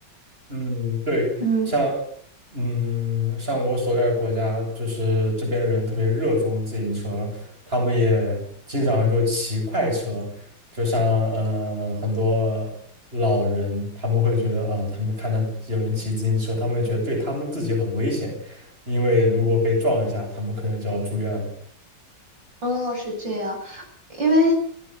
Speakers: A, on the right; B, on the right.
A: 嗯，对，
B: 嗯，
A: 像嗯，像我所在的国家，就是这边的人特别热衷自行车，他们也经常就骑快车，就像嗯、呃很多老人，他们会觉得啊、他们看到有人骑自行车，他们会觉得对他们自己很危险，因为如果被撞一下，他们可能就要住院了。
B: 哦，是这样。因为